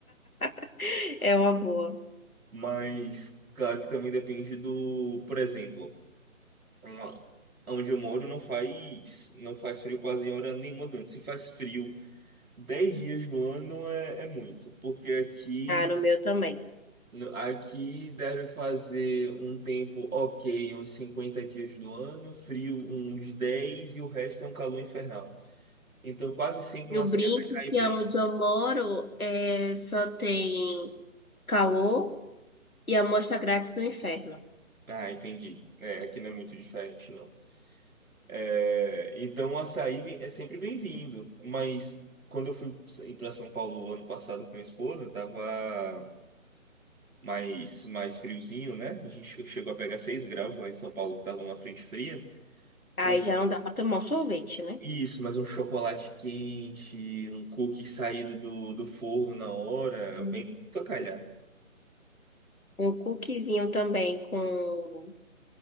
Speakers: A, on the left; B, on the right.
A: <laughs> É uma boa.
B: Mas, claro que também depende do, por exemplo, uma- onde eu moro não faz, não faz frio quase em hora nenhuma durante. Se faz frio. 10 dias no ano é, é muito, porque aqui,
A: Ah, no meu também.
B: no- aqui deve fazer um tempo ok, uns 50 dias do ano, frio uns 10 e o resto é um calor infernal. Então quase sempre
A: Eu
B: uma serra
A: brinco
B: cai
A: que
B: bem.
A: aonde eu moro é, só tem calor e amostra grátis do inferno.
B: Ah, entendi. É, aqui não é muito diferente, não. É, então o açaí vem- é sempre bem-vindo, mas quando eu fui ir para São Paulo ano passado com minha esposa, tava. mais, mais friozinho, né? A gente che- chegou a pegar 6 graus lá em São Paulo, que tava uma frente fria.
A: Aí
B: Um,
A: já não dá pra tomar um sorvete, né?
B: isso, mas um chocolate quente, um cookie saído do, do forno na hora,
A: Uhum.
B: vem pra calhar.
A: Um cookiezinho também com,